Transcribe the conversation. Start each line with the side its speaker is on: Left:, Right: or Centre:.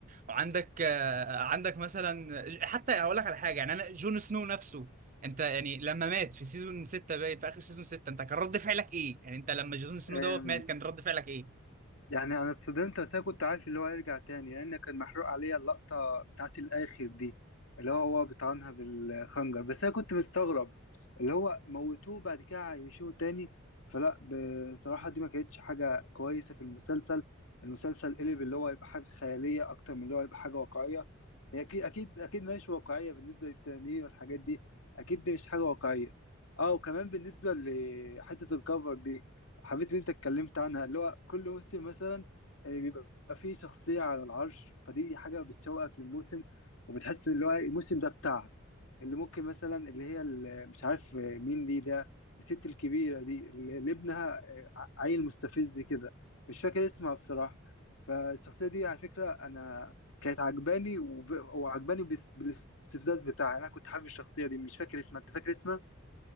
Right: وعندك آه، عندك مثلا ج- حتى هقول لك على حاجة يعني انا جون سنو نفسه انت يعني لما مات في سيزون 6 باين في اخر سيزون 6 انت كان رد فعلك ايه؟ يعني انت لما جون سنو
Left: اه
Right: دوت مات كان رد فعلك ايه؟
Left: يعني انا اتصدمت بس انا كنت عارف اللي هو هيرجع تاني لان كان محروق عليا اللقطه بتاعت الاخر دي اللي هو هو بيطعنها بالخنجر بس انا كنت مستغرب اللي هو موتوه بعد كده عايشوه تاني فلا بصراحه دي ما كانتش حاجه كويسه في المسلسل المسلسل قلب اللي هو يبقى حاجه خياليه اكتر من اللي هو يبقى حاجه واقعيه هي اكيد اكيد اكيد ماشي واقعيه بالنسبه للتنانين والحاجات دي اكيد دي مش حاجه واقعيه اه وكمان بالنسبه لحته الكفر دي حبيت ان انت اتكلمت عنها اللي هو كل موسم مثلا آه، بيبقى فيه شخصية على العرش فدي حاجة بتشوقك للموسم وبتحس اللي هو الموسم ده بتاعها اللي ممكن مثلا اللي هي اللي مش عارف آه، مين دي ده الست الكبيرة دي اللي اللي ابنها آه، ع- عيل مستفز كده مش فاكر اسمها بصراحة فالشخصية دي على فكرة أنا كانت عجباني وب... وعجباني بس... بالاستفزاز بتاعها أنا كنت حابب الشخصية دي مش فاكر اسمها أنت فاكر اسمها؟